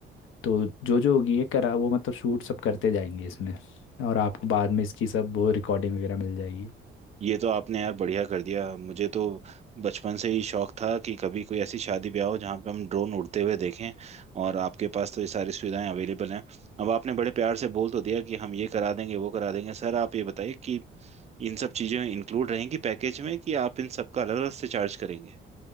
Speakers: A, on the left; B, on the right.
A: तो जो जो होगी ये करा वो मतलब शूट सब करते जाएंगे इसमें और आपको बाद में इसकी सब वो रिकॉर्डिंग वगैरह मिल जाएगी
B: ये तो आपने यार बढ़िया कर दिया मुझे तो बचपन से ही शौक था कि कभी कोई ऐसी शादी ब्याह हो जहाँ पे हम ड्रोन उड़ते हुए देखें और आपके पास तो ये सारी सुविधाएं अवेलेबल हैं अब आपने बड़े प्यार से बोल तो दिया कि हम ये करा देंगे वो करा देंगे सर आप ये बताइए कि इन सब चीज़ें इंक्लूड रहेंगी पैकेज में कि आप इन सब का अलग अलग से चार्ज करेंगे